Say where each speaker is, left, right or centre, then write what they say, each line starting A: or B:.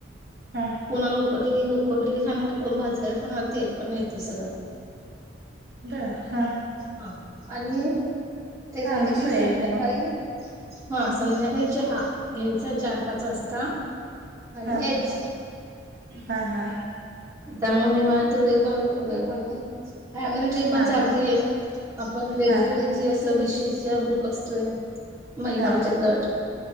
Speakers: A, on the right (about 60°); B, on the right (about 20°).
A: हा
B: कोणाला उक कोडलेली खाणार कोण भाजलेली खाणार ते पण मिळते सगळं
A: द हा
B: हा आणि ते
A: चांगली
B: झाले की
A: सोय
B: संध्याकाळी
A: आहे मग
B: हा संध्याकाळी चहा घ्यायचा चार पाच वाजता आणि
A: हा
B: यायचं
A: हा हा
B: त्यामुळे निमा तू वेळ का वेळ काढून फॅमिली ट्रीप पण
A: हा
B: चालतेय आपण वेगवेळी
A: हा
B: ज असं बीशी चा ग्रुप असतोय महिला
A: हा
B: बचत गट